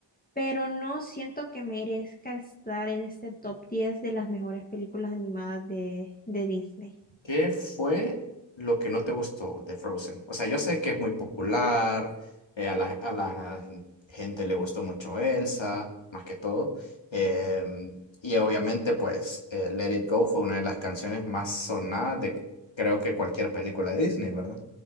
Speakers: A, on the left; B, on the left.
A: pero no siento que merezca estar en este top 10 de las mejores películas animadas de, de Disney.
B: ¿Qué fue lo que no te gustó de Frozen? O sea, yo sé que es muy popular, eh, a la, a la gente le gustó mucho Elsa, más que todo. eh, y obviamente, pues, eh, Let It Go fue una de las canciones más sonadas de creo que cualquier película de Disney, ¿verdad?